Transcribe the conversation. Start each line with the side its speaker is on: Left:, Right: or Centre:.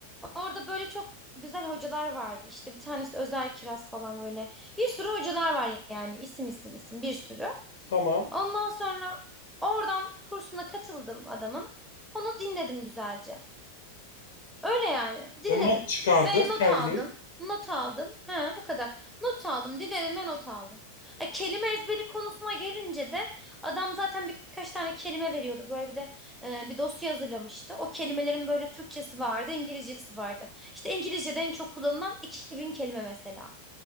Centre: Orada böyle çok güzel hocalar vardı. İşte bir tanesi Özer Kiraz falan böyle. Bir sürü hocalar var yani. İsim isim isim bir sürü.
Left: tamam.
Centre: Ondan sonra oradan kursuna katıldım adamın. Onu dinledim güzelce. Öyle yani. Dinledim.
Left: Ya not çıkardın
Centre: Ve not
Left: kendin.
Centre: aldım. Not aldım. Ha, bu kadar. Not aldım. Dinlediğime not aldım. Ha, kelime ezberi konusuna gelince de adam zaten birkaç tane kelime veriyordu. Böyle bir de e, bir dosya hazırlamıştı. O kelimelerin böyle Türkçesi vardı, İngilizcesi vardı. İşte İngilizce'de en çok kullanılan 2000 kelime mesela.